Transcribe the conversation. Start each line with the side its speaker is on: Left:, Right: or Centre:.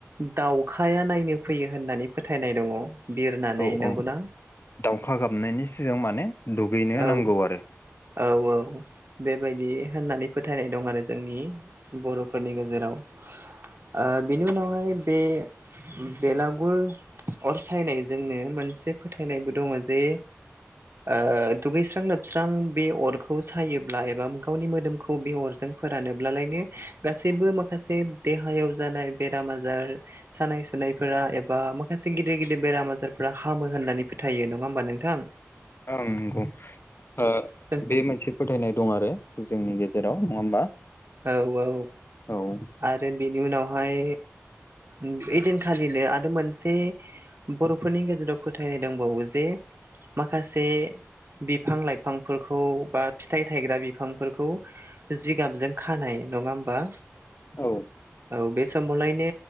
Right: दाउखाया नायनो फैयो होननानै फोथायनाय दङ। बिरनानै
Left: औ
Right: नंगौना
Left: औ दाउखा गाबनायनि सिगां माने दुगैनो
Right: औ
Left: नांगौ आरो।
Right: औ औ बेबायदि होननानै फोथायनाय दं आरो जोंनि बर'फोरनि गेजेराव ओ बिनि उनावहाय बे बेलागुर अरसायनायजोंनो मोनसे फोथायनायबो दङ जे ओ दुगैस्रां लोबस्रां बे अरखौ सायोब्ला एबा गावनि मोदोमखौ बे अरजों फोरानोब्लालायनो गासैबो माखासे देहायाव जानाय बेराम आजार सानाय सुनायफोरा एबा माखासे गिदिर गिदिर बेराम आजारफोरा हामो होननानै फोथायो नङा होमबा नोंथां?
Left: ओं नंगौ ओ
Right: जों
Left: बे मोनसे फोथायनाय दं आरो जोंनि गे जेराव नङा होमबा?
Right: औ औ
Left: औ
Right: आरो बेनि उनावहाय ओइदिनखालिनो आरो मोनसे बर'फोरनि गेजेराव फोथायनाय दंबावो जे माखासे बिफां लाइफांफोरखौ बा फिथाइ थायग्रा बिफांफोरखौ जि गाबजों। खानाय नङा होमबा।
Left: औ
Right: औ बे समावलायनो